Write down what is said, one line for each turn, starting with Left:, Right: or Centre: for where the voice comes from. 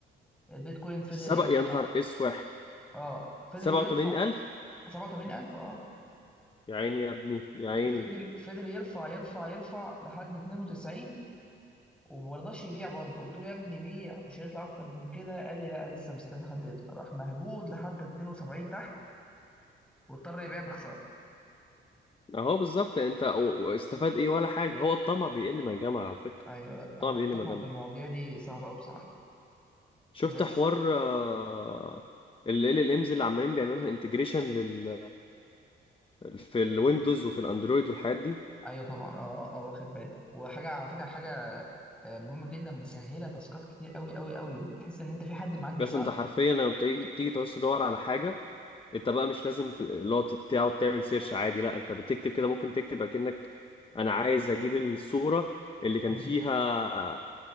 Centre: البيتكوين فضل
Left: سبق
Centre: يرفع
Left: يا نهار اسوح
Centre: اه فضل
Left: 87000
Centre: يرفع 87000 اه
Left: يا عيني يا ابني يا عيني
Centre: فضل فضل يرفع يرفع يرفع لحد 92 وما رضاش يبيع برضه قلت له يا ابني بيع مش هيطلع اكتر من كده قال لي لا لسه مستني حد يطلع راح مهبود لحد 72 تحت واضطر يبيع بخساره
Left: اهو بالظبط انت و- و- استفاد ايه ولا حاجه هو الطمع بيقل ما جمع على فكره
Centre: ايوه لا
Left: الطمع
Centre: هو
Left: بيقل
Centre: الطمع
Left: ما جمع
Centre: في المواضيع دي صعبه قوي بصراحه
Left: شفت
Centre: بس
Left: حوار آه، ال ال امز اللي عمالين بيعملوها انتجريشن لل في الويندوز وفي الاندرويد والحاجات دي
Centre: ايوه طبعا اه اه آه، واخد بالي وحاجه على فكره حاجه آه، مهمه جدا مسهله تاسكات كتير قوي قوي قوي بتحس ان انت في حد معاك بيساعدك
Left: بس انت حرفيا لما بتيجي تيجي تعوز تدور على حاجه انت بقى مش لازم في- اللي هو تت- تقعد تعمل سيرش عادي لا انت بتكتب كده ممكن تكتب اكنك انا عايز اجيب الصوره اللي كان
Centre: مم.
Left: فيها